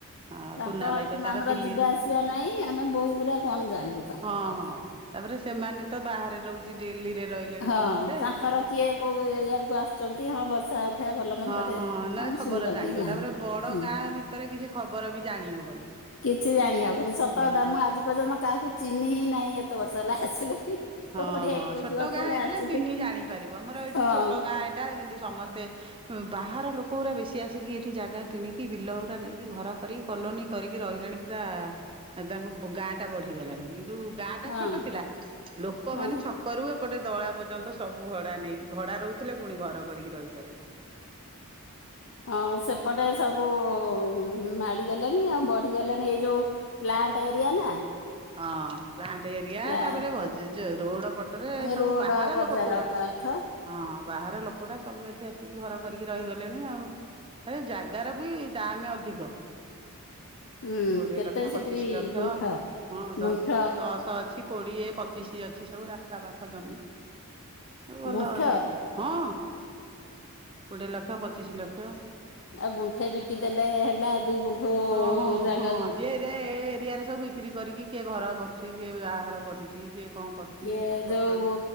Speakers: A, on the right (about 25°); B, on the left (about 55°).
A: ହଁ
B: ତାଙ୍କ
A: କୁନା
B: ଘରକୁ
A: ଭାଇ ତ ତାର
B: ଆମର
A: ଦିଲ୍ଲୀରେ।
B: ଯିବା ଆସିବା ନାଇଁ ଆମେ ବୋହୁ ଗୁରା କଣ ଜାଣିବୁ ତାଙ୍କ
A: ହଁ
B: କଥା।
A: ହଁ ତାପରେ ସେମାନେ ତ ବାହାରେ ରହୁଛି ଦିଲ୍ଲୀରେ ରହିଲେଣି
B: ହଁ
A: ସମସ୍ତେ
B: ତାଙ୍କର କିଏ କୋଉ ଇଆଡକୁ ଆସୁଛନ୍ତି ହଁ ବସା ଉଠା ଭଲ ମନ୍ଦରେ
A: ହଁ ହଁ ନଲେ
B: କଣ
A: ଖବର
B: ଶୁଣିଲ
A: ଜାଣିବ
B: କି ଜାଣିଲ
A: ତାପରେ ବଡ
B: ହୁଁ
A: ଗାଁ ଭିତରେ କିଛି ଖବର ବି ଜାଣି ହବନି।
B: କିଛି ଜାଣିହବନି ସତ
A: ହଁ
B: କଥା ମୁଁ ଆଜି ପର୍ଯ୍ୟନ୍ତ କାହାକୁ ଚିହ୍ନିହିଁ ନାହିଁ ଏତେ ବର୍ଷ ହେଲା ଆସିଲିଣି।
A: ହଁ
B: କୋଡିଏ
A: ହଁ
B: ଏକୋଇଶି
A: ଛୋଟ
B: ବର୍ଷ
A: ଗାଁ
B: ହେଲା
A: ହେଇଥିଲେ
B: ଆସିଲି
A: ଚିହ୍ନି ଜାଣିପାରିବ ଆମର ଏଇଠି
B: ହଁ
A: ଛୋଟ ଗାଁ ଏଇଟା କିନ୍ତୁ ସମସ୍ତେ ବାହାର ଲୋକ ଗୁରା ବେଶୀ ଆସିକି ଏଠି ଜାଗା କିଣିକି ବିଲ ଗୁରା ନେଇକି ଘର କରି କ କଲୋନୀ କରିକି ରହିଲେଣି ପୁରା ତାଙ୍କ ଗାଁ ଟା ବଢି ଗଲାଣି <unintelligible> ଗାଁ ଟା
B: ହଁ
A: ଛୋଟ ଥିଲା ଲୋକମାନୋନେ
B: ହଁ
A: ଛକ ରୁ ଏପଟେ ଦଳା ପର୍ଯ୍ୟନ୍ତ ସବୁ ଭଡା ନେଇକି ଭଡା ରହୁଥିଲେ ପୁଣି ଘର କରିକି ରହି ସାରିଲେଣି।
B: ହଁ ସେପଟେ ସବୁ ହୁଁ ମାଡି ଗଲାଣି ଆଉ ବଢିଗଲାଣି ଏଇ ଯୋଉ ପ୍ଲାଣ୍ଟ ଏରିଆ ନା
A: ହଁ ପ୍ଲାଣ୍ଟ ଏରିଆ
B: ପ୍ଲାଣ୍ଟ
A: ତାପରେ ରୋଡ ପଟରେ ସବୁ
B: ରୋଡ
A: ବାହାର
B: ବଜାର
A: ଲୋକ ପୁରା
B: ପାଖ
A: ହଁ ବାହାର ଲୋକ ପୁରା ସବୁ ଏଠି ଘର କରିକି ରହିଗଲେଣି ଆଉ ଏ ଜାଗାର ବି ଦାମେ ଅଧିକ।
B: ହୁଁ
A: କୋଡିଏ
B: କେତେ
A: ଲକ୍ଷ
B: ସେଠି
A: ପଚିଶି ଲକ୍ଷ।
B: ଗୁଣ୍ଠ
A: ହଁ
B: ଗୁଣ୍ଠ
A: ଦଶ ଦଶ ଅଛି କୋଡିଏ ପଚିଶ ଅ ଅଛି ସବୁ ରାସ୍ତା ପାଖ ଜମି ଭଲ
B: ଗୁଣ୍ଠ
A: ରେଟ ହଁ। କୋଡିଏ ଲକ୍ଷ ପଚିଶି ଲକ୍ଷ।
B: ଆଉ ଗୁଣ୍ଠେ ବିକିଦେଲେ ହେଲା ଦି ଗୁଣ୍ଠୁ‌
A: ହଁ ହଁ
B: ଜା
A: ହଁ ଯିଏ ଏ ଏ ଏରିଆରେ ସବୁ ବିକ୍ରି କରିକି କିଏ ଘର କରୁଛି କିଏ ବାହାଘର କରୁଛି କିଏ କଣ କରୁଛି
B: କିଏ
A: ଏ ସବୁ କରିଛନ୍ତି
B: ଯୋଉ